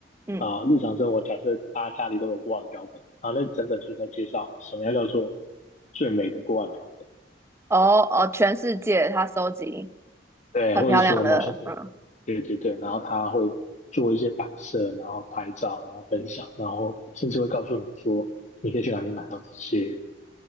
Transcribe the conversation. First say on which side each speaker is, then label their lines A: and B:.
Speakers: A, on the right; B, on the left.
A: 嗯，
B: 啊、日常生活假设大家家里都有锅碗瓢盆，然后那整本书在介绍什么样叫做最美的锅碗瓢盆。
A: 哦哦，全世界他收集
B: 对，
A: 很漂亮的，
B: 或者说某些国家，
A: 嗯，
B: 对对对，然后他会做一些摆设，然后拍照，然后分享，然后甚至会告诉你说你可以去哪里买到这些